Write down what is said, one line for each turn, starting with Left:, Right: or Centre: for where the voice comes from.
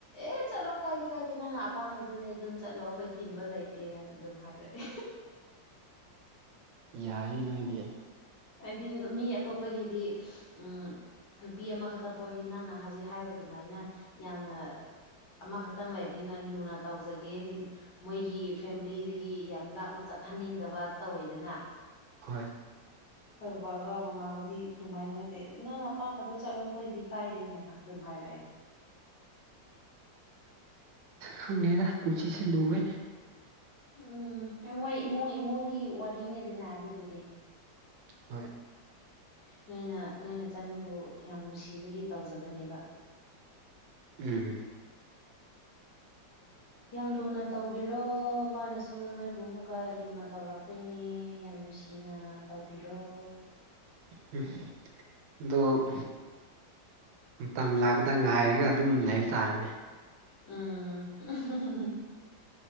Left: ꯑꯦ ꯆꯠꯂꯣ ꯀꯥꯏꯗꯦ ꯀꯥꯏꯗꯦ ꯅꯪꯅ ꯑꯄꯥꯝꯕꯗꯨꯅꯦ ꯑꯗꯨꯝ ꯆꯠꯂꯣ ꯑꯩꯈꯣꯏ ꯊꯤꯡꯕ ꯂꯩꯇꯦꯅ ꯑꯗꯨꯝ ꯍꯥꯏꯔꯛꯑꯦ
Right: ꯌꯥꯏꯌꯦ ꯅꯣꯏꯗꯤ꯫
Left: ꯍꯥꯏꯗꯤ ꯃꯤ ꯑꯇꯣꯞꯄꯒꯤꯗꯤ ꯎꯝ ꯅꯨꯄꯤ ꯑꯃꯈꯛꯇꯪ ꯄ ꯑꯣꯏꯔꯤ ꯅꯪꯅ ꯍꯧꯖꯤꯛ ꯍꯥꯏꯕ ꯑꯗꯨꯃꯥꯏꯅ ꯌꯥꯝꯅ ꯑꯃꯈꯛꯇꯪ ꯂꯩꯕꯅꯤꯅ ꯂꯨꯅ ꯇꯧꯖꯒꯦ ꯍꯥꯏꯗꯤ ꯃꯣꯏꯒꯤ ꯐꯦꯃꯤꯂꯤꯗꯒꯤ ꯌꯥꯝ ꯂꯥꯞꯅ ꯆꯠꯍꯟꯅꯤꯡꯗꯕ ꯇꯧꯋꯦꯗꯅ
Right: ꯍꯣꯏ
Left: ꯑꯩꯈꯣꯏ ꯕꯕꯥꯒ ꯃꯃꯥꯒꯗꯤ ꯑꯗꯨꯃꯥꯏꯅ ꯅꯠꯇꯦ ꯅꯪꯅ ꯑꯄꯥꯝꯕꯗꯣ ꯆꯠꯂꯣ ꯑꯩꯈꯣꯏꯗꯤ ꯀꯥꯏꯗꯦꯅ ꯑꯗꯨꯝ ꯍꯥꯏꯔꯛꯑꯦ꯫
Right: ꯈꯪꯉꯦꯗ ꯄꯨꯟꯁꯤꯁꯦ ꯂꯨꯕꯅꯦ꯫
Left: ꯎꯝ ꯃꯣꯏ ꯏꯃꯨꯡ ꯏꯃꯨꯡꯒꯤ ꯋꯥꯔꯤꯅꯦꯗꯅ ꯑꯗꯨꯕꯨꯗꯤ
Right: ꯍꯣꯏ
Left: ꯅꯣꯏꯅ ꯅꯣꯏ ꯅꯆꯟꯕꯨ ꯌꯥꯝ ꯅꯨꯡꯁꯤꯕꯒꯤ ꯇꯧꯖꯕꯅꯦꯕ
Right: ꯎꯝ ꯎꯝ
Left: ꯌꯥꯝ ꯂꯨꯅ ꯇꯧꯕꯤꯔꯣ ꯃꯥꯅꯁꯨ ꯅꯣꯏꯕꯨ ꯑꯃꯨꯛꯀ ꯂꯨꯅ ꯇꯧꯔꯛꯇꯣꯏꯅꯦ ꯌꯥꯝ ꯅꯨꯡꯁꯤꯅ ꯇꯧꯕꯤꯔꯣ
Right: ꯎꯝ ꯑꯣ ꯃꯇꯝ ꯂꯥꯛꯄꯗ ꯉꯥꯏꯔꯒ ꯑꯗꯨꯝ ꯂꯩꯕ ꯇꯥꯔꯦꯅꯦ
Left: ꯎꯝ